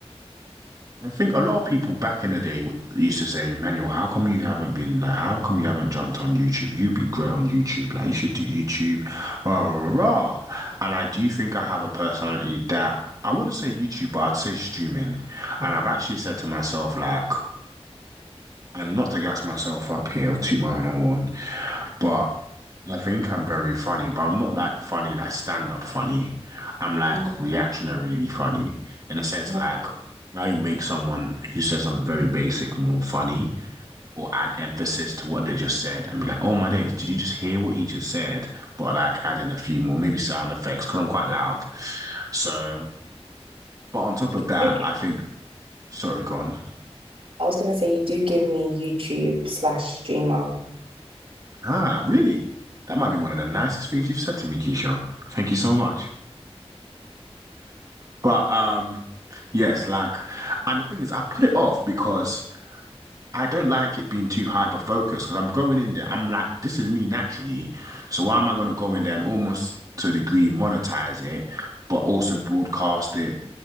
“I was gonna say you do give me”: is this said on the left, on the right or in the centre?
Right